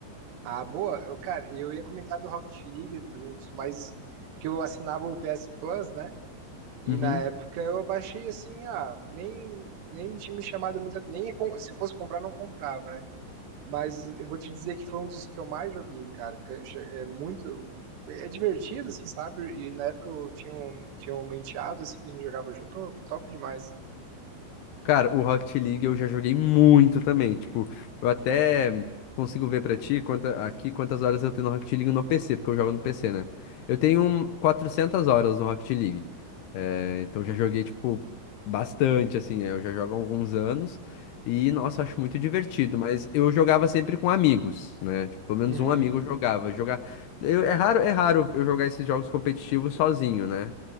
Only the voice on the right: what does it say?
ah, boa. Eu, cara, eu ia comentar do Rocket League, de um dos mais. Porque eu assinava o PS Plus, né? E
na época eu baixei assim, ah, nem, nem tinha me chamado muita. Nem ia com- se eu fosse comprar, não comprava, né? Mas eu vou te dizer que foi um dos que eu mais joguei, cara. É muito. É divertido, assim, sabe? E na época eu tinha um, tinha um menteado, assim, que a gente jogava junto, oh, top demais.
Uhum.